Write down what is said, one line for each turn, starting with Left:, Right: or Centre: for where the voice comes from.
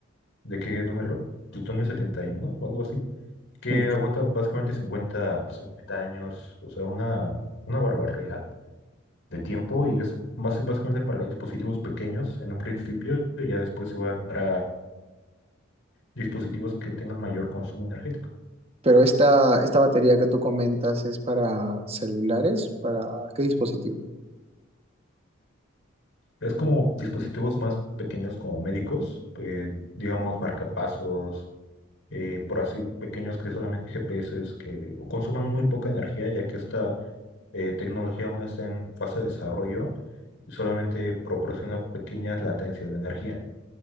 Left: de qué número, plutonio 71 o algo así, que
Right: ujú.
Left: aguanta básicamente 50 50 años, o sea, una, una barbaridad de tiempo y es más básicamente para dispositivos pequeños en un principio y ya después se va a, entrar dispositivos que tengan mayor consumo energético.
Right: Pero esta, esta batería que tú comentas es para celulares, ¿para qué dispositivo?
Left: Es como dispositivos más pequeños como médicos, eh, digamos marcapasos, eh, por así pequeños que solamente GPS que consuman muy poca energía ya que esta eh, tecnología aún está en fase de desarrollo y solamente proporciona pequeñas latencias de energía.